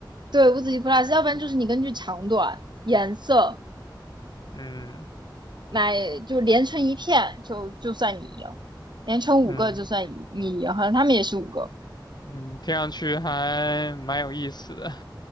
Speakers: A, on the right; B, on the left.
A: 对，五子棋 plus，要不然就是你根据长短、颜色
B: 嗯
A: 来，就连成一片，就就算你赢，连成五个就算你你赢，
B: 嗯
A: 好像他们也是五个，
B: 嗯，听上去还蛮有意思的，